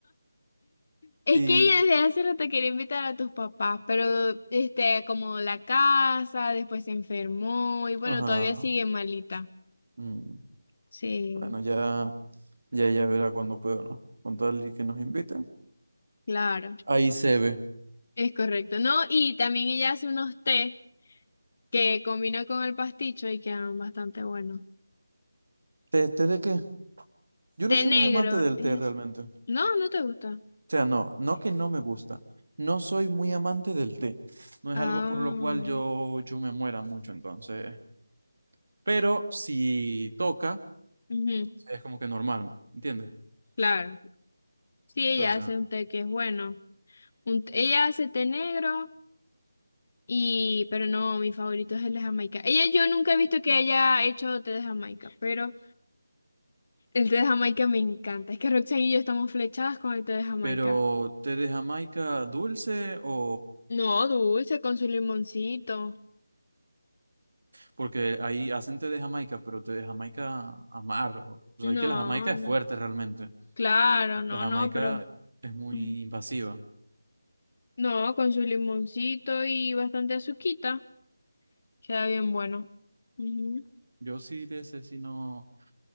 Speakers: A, on the left (about 45°); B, on the right (about 60°).
A: Es
B: Y,
A: que ella desde hace rato quería invitar a tus papás, pero este, como la casa, después se enfermó y bueno,
B: ajá.
A: todavía sigue malita.
B: mm,
A: Sí,
B: bueno, ya, ya ella verá cuando pueda, ¿no? Con tal y que nos invite.
A: claro,
B: Ahí se ve.
A: es correcto. No, y también ella hace unos té que combinó con el pasticho y quedan bastante buenos.
B: ¿Té, té de qué? Yo
A: Té
B: no soy
A: negro,
B: muy amante del
A: es...
B: té realmente.
A: No, no te gusta.
B: O sea, no, no que no me gusta. No soy muy amante del té. No es
A: Ah,
B: algo por lo cual yo, yo me muera mucho, entonces. Pero si toca,
A: ujú,
B: es como que normal, ¿entiendes?
A: claro. Sí, ella
B: Entonces,
A: hace
B: ajá.
A: un té que es bueno. Un- ella hace té negro y, pero no, mi favorito es el de Jamaica. Ella, yo nunca he visto que haya hecho té de Jamaica, pero el té de Jamaica me encanta. Es que Roxanne y yo estamos flechadas con el té de Jamaica.
B: pero té de Jamaica dulce o...
A: No, dulce, con su limoncito.
B: Porque ahí hacen té de Jamaica, pero té de Jamaica amargo. O
A: No,
B: sea, es que la Jamaica es
A: no.
B: fuerte realmente.
A: Claro, no,
B: La Jamaica
A: no, pero
B: es muy
A: mm,
B: invasiva.
A: no, con su limoncito y bastante azuquita. Queda bien bueno. Ujú.
B: Yo sí de ese, sí no,